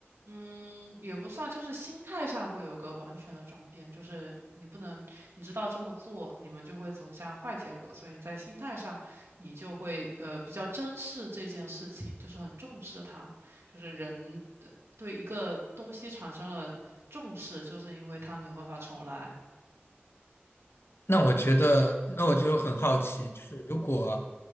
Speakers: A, on the right (about 80°); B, on the left (about 65°).
A: 嗯，也不算，就是心态上会有个完全的转变，就是你不能，你知道这么做，你们就会走向坏结果，所以你在心态上，你就会呃比较珍视这件事情，就是很重视它，就是人呃对一个东西产生了重视，就是因为它没有办法重来。
B: 那我觉得，那我就很好奇，就是如果
A: 嗯